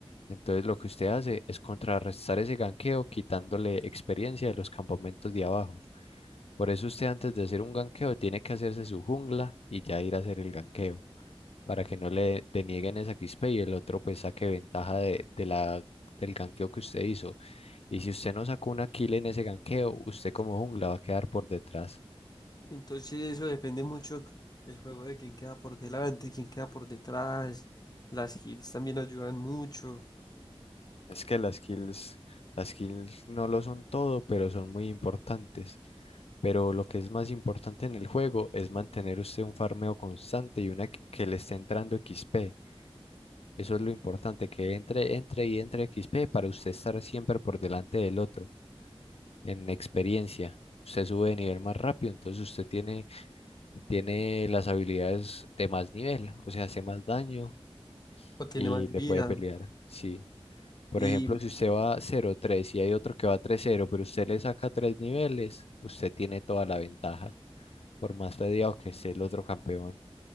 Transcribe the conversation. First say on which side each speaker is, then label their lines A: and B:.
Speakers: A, on the left; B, on the left.
A: entonces lo que usted hace es contrarrestar ese ganqueo quitándole experiencia de los campamentos de abajo. Por eso usted antes de hacer un ganqueo tiene que hacerse su jungla y ya ir a hacer el ganqueo para que no le denieguen esa XP y el otro pues saque ventaja de, de la, del ganqueo que usted hizo. Y si usted no sacó una kill en ese ganqueo, usted como jungla va a quedar por detrás.
B: Entonces eso depende mucho del juego de quién queda por delante, quién queda por detrás. Las heals también ayudan mucho
A: Es que las kills, las kills no lo son todo, pero son muy importantes. Pero lo que es más importante en el juego es mantener usted un farmeo constante y una que que le esté entrando XP. Eso es lo importante, que entre, entre y entre XP para usted estar siempre por delante del otro. en experiencia. Usted sube de nivel más rápido, entonces usted tiene, tiene las habilidades de más nivel, o sea, hace más daño
B: o tiene
A: y
B: más
A: le
B: vida.
A: puede pelear. Sí. Por
B: Y
A: ejemplo, si usted va cero tres y hay otro que va tres cero pero usted le saca tres niveles, usted tiene toda la ventaja, por más fedeado que esté el otro campeón.